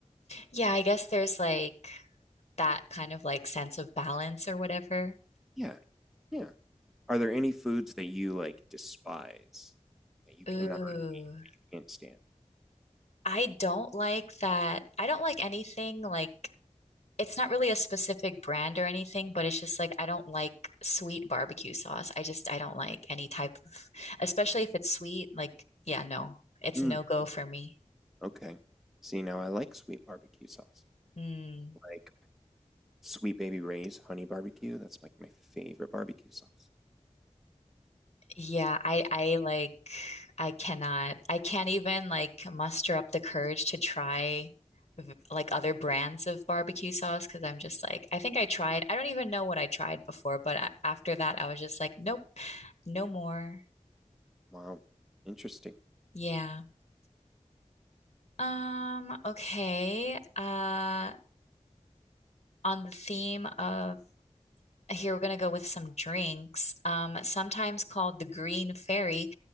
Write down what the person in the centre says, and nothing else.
yeah, yeah. Are there any foods that you like despise that you cannot
can't stand?
Mm,
okay. See, now I like sweet barbecue sauce.
Like Sweet Baby Ray's honey barbecue. That's like my favorite barbecue sauce.
Wow. Interesting.